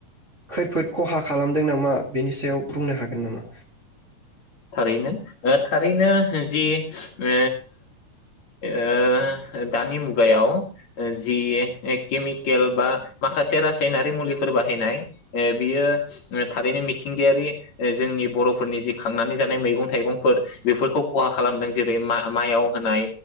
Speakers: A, on the right (about 25°); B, on the left (about 55°).
A: खैफोद खहा खालामदों नामा बेनि सायाव बुंनो हागोन नामा?
B: थारैनो ओ थारैनो जि ओ ओ दानि मुगायाव ओ जि केमिकेल बा माखासे रासायनारि मुलिफोर बाहायनाय ए बियो थारैनो मिथिंगायारि ओ जोंनि बर'फोरनि जि खांनानै जानाय मैगं थाइगंफोर बेफोरखौ खहा खालामदों जेरै मा-माइआव होनाय